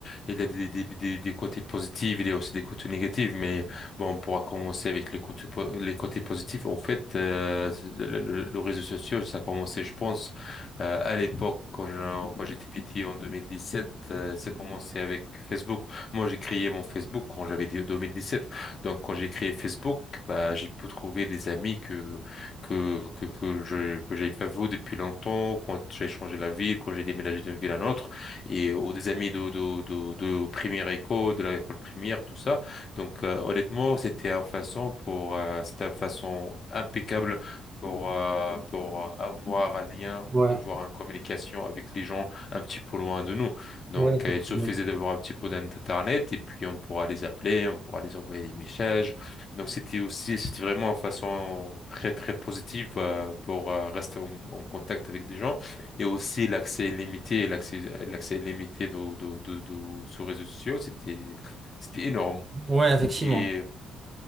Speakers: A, on the left; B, on the right.
A: il y a des, des, des, des côtés positifs, il y a aussi des côtés négatifs. Mais bon, on pourra commencer avec les côtés, po- les côtés positifs. En fait, euh, le, le, le- le réseau social, ça a commencé, je pense, euh, à l'époque, quand je- quand j'étais petit, en 2017, euh, ça a commencé avec Facebook. Moi, j'ai créé mon Facebook quand j'avais 2017. Donc, quand j'ai créé Facebook, bah, j'ai pu trouver des amis que, que, que, que je, que j'avais pas vu depuis longtemps, quand j'ai changé la ville, quand j'ai déménagé d'une ville à une autre, et, ou des amis de, de, de, de première école, de l'école primaire, tout ça. Donc, euh, honnêtement, c'était une façon pour, euh, c'était une façon impeccable pour, euh, pour euh, avoir un lien
B: ouais,
A: ou avoir une communication avec les gens un petit peu loin de nous. Donc,
B: ouais, effectivement.
A: euh, il suffisait d'avoir un petit peu d'internet et puis on pourra les appeler, on pourra les envoyer des messages. Donc, c'était aussi, c'était vraiment une façon très, très positive euh, pour euh, rester en, en contact avec des gens. Et aussi, l'accès limité, l'accès, l'accès limité de, de, de, de, sur les réseaux sociaux, c'était, c'était énorme.
B: Ouais, effectivement.
A: Et